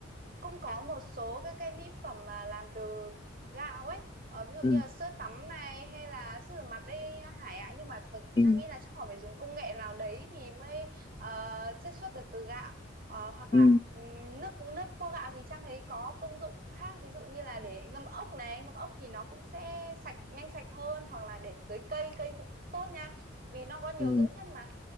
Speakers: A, on the right (about 50°); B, on the left (about 25°).
A: cũng có một số các cái mỹ phẩm mà làm từ gạo ấy ờ, ví dụ
B: ừ,
A: như là sữa tắm này hay là sữa rửa mặt đây Hải ạ nhưng mà tự
B: ừ,
A: Trang nghĩ là chắc họ phải dùng công nghệ nào đấy thì mới ờ, chiết xuất được từ gạo Ờ, hoặc
B: ừ,
A: là ừm, nước nước vo gạo thì Trang thấy có công dụng khác ví dụ như là để ngâm ốc này ngâm ốc thì nó cũng sẽ sạch nhanh sạch hơn hoặc là để tưới cây cây cũng tốt nha vì nó có nhiều
B: ừ.
A: dưỡng chất mà